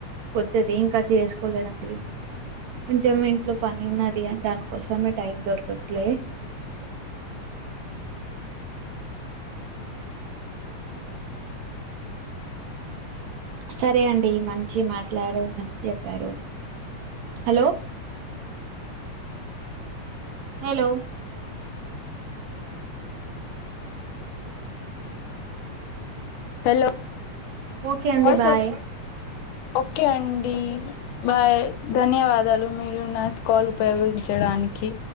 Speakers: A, on the right; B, on the left.
A: కొత్తది ఇంకా చేసుకోలేదండి కొంచెం ఇంట్లో పని ఉన్నది అ దానికోసమే టైం దొరకట్లే సరే అండి మంచి మాట్లాారు మంచి చెప్పారు హలో హలో
B: హలో
A: ఓకే అండి
B: వాయిస్
A: బాయ్
B: అస్ ఓకే అండి బాయ్ ధన్యవాదాలు మీరు నా కాల్ ఉపయోగించడానికి